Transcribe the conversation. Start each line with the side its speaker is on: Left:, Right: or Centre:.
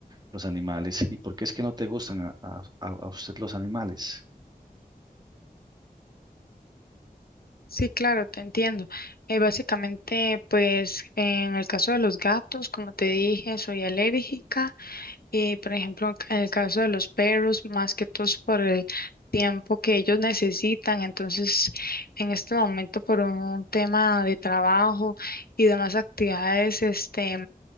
Right: los animales. ¿Y por qué es que no te gustan a, a- a- a usted los animales?
Left: Sí, claro, te entiendo. Eh, básicamente, pues en el caso de los gatos, como te dije, soy alérgica. Y por ejemplo, en el caso de los perros, más que todos por el tiempo que ellos necesitan, entonces en este momento por un tema de trabajo y demás actividades, este,